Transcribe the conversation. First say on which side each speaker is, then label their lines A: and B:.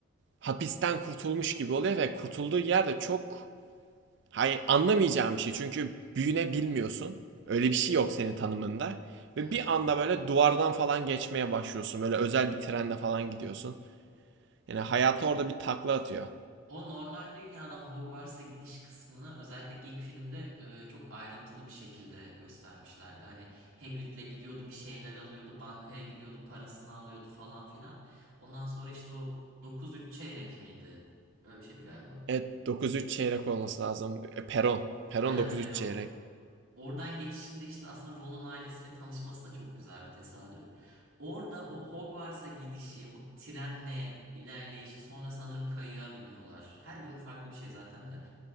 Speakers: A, on the right; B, on the right.
A: hapisten kurtulmuş gibi oluyor ve kurtulduğu yerde çok hay anlamayacağım bir şey. Çünkü büyünebilmiyorsun. Öyle bir şey yok senin tanımında.
B: Evet
A: Ve bir
B: doğru.
A: anda böyle duvardan falan geçmeye başlıyorsun. Böyle özel bir trenle falan gidiyorsun. Yani hayatı orada bir takla atıyor.
B: O normal dünyadan Hogwarts'a gidiş kısmını özellikle ilk filmde e, çok ayrıntılı bir şekilde göstermişlerdi. Hani Hagrid'le gidiyordu, bir şeyler alıyordu, bankaya gidiyordu, parasını alıyordu falan filan. Ondan sonra işte o dokuz üç çeyrek miydi? Öyle bir şeydi galiba.
A: Evet 9-3 çeyrek olması lazım. E, Peron. Peron
B: Aynen
A: 9-3
B: Perron.
A: çeyrek.
B: Oradan geçişinde işte aslında Ron'un ailesiyle tanışması da çok güzel bir tesadüf. Orada o Hogwarts'a gidişi, o trenle ilerleyişi, sonra sanırım kayığa biniyorlar. Her bölüm farklı bir şey zaten de.